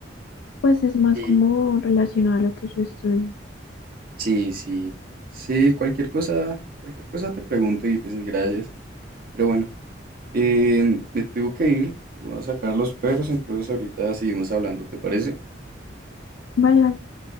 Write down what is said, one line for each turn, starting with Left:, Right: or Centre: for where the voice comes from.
Left: Pues es más
Right: Sí.
Left: como relacionado a lo que yo estudio.
Right: Sí, sí, sí, cualquier cosa, cualquier cosa te pregunto y pues gracias. Pero bueno, eh, me tengo que ir, voy a sacar los perros, entonces ahorita seguimos hablando, ¿te parece?
Left: Vale, vale,